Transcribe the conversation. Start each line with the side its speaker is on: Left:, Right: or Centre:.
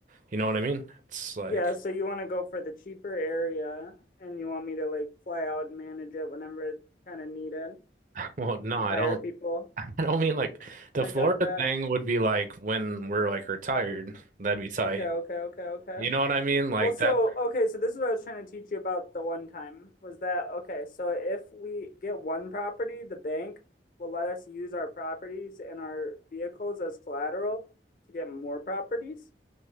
Right: you know what I mean? It's like,
Left: Yeah, so you want to go for the cheaper area and you want me to like fly out and manage it whenever it's kind of needed.
Right: <laughs> well, no,
Left: Maybe
Right: I
Left: hire
Right: don't
Left: people.
Right: I don't mean like the
Left: I
Right: Florida
Left: got that.
Right: thing would be like when we're like retired, that'd be tight.
Left: Okay, okay, okay, okay.
Right: You know what I mean? Like
Left: Well, so
Right: that.
Left: okay, so this is what I was trying to teach you about the one time was that okay, so if we get one property, the bank will let us use our properties and our vehicles as collateral to get more properties